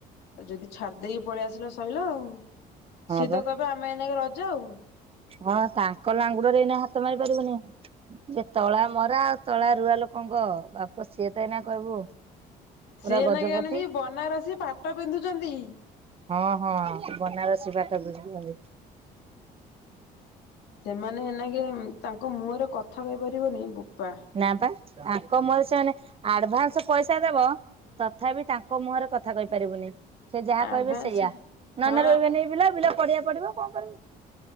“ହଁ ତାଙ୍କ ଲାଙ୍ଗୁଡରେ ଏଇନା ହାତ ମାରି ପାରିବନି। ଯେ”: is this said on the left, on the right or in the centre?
Right